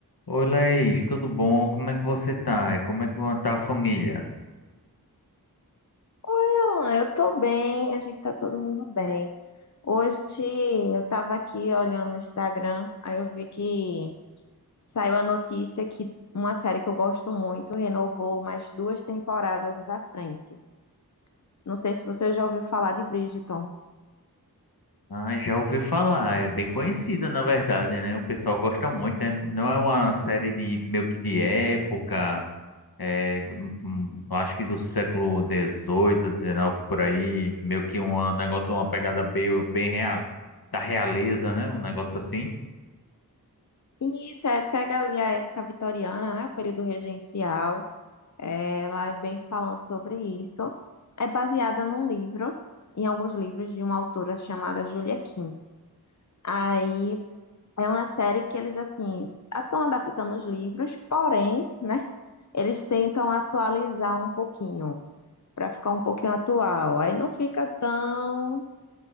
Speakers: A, on the left; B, on the left.
A: Oi, Laís, tudo bom? Como é que você tá? E como é que tá a família?
B: Alan, eu tô bem, a gente tá todo mundo bem. Hoje eu tava aqui olhando o Instagram, aí eu vi que saiu a notícia que uma série que eu gosto muito renovou mais duas temporadas à frente. Não sei se você já ouviu falar de Bridgerton.
A: Ah, já ouvi falar, é bem conhecida, na verdade, né? O pessoal gosta muito, né? Não é uma série de meio que de época, é, hum, hum, acho que do século XVIII, XIX, por aí, meio que um negócio, uma pegada bem, bem real, da realeza, né? Um negócio assim.
B: E isso é, pega ali a época vitoriana, né, o período regencial. É, ela é bem falando sobre isso. É baseada num livro, em alguns livros de uma autora chamada Julia Kim. Aí É uma série que eles, assim, estão adaptando os livros, porém, né, eles tentam atualizar um pouquinho, para ficar um pouquinho atual. Aí não fica tão,